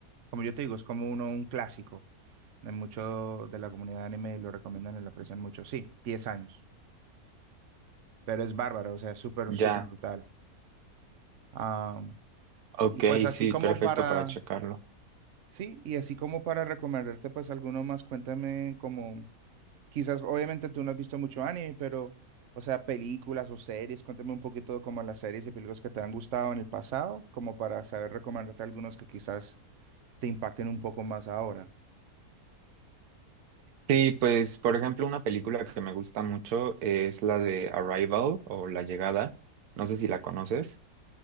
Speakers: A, on the right; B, on the right.
A: como yo te digo, es como uno, un clásico. de Mucho de la comunidad de anime lo recomiendan y lo aprecian mucho. Sí, 10 años, pero es bárbaro, o sea, es súper, súper
B: Ya.
A: brutal. Ah,
B: Ok,
A: y pues así
B: sí,
A: como
B: perfecto
A: para,
B: para checarlo.
A: sí, y así como para recomendarte pues alguno más, cuéntame como, quizás obviamente tú no has visto mucho anime, pero, o sea, películas o series, cuéntame un poquito como las series y películas que te han gustado en el pasado, como para saber recomendarte algunos que quizás te impacten un poco más ahora.
B: Sí, pues, por ejemplo, una película que me gusta mucho es la de Arrival o La Llegada. No sé si la conoces.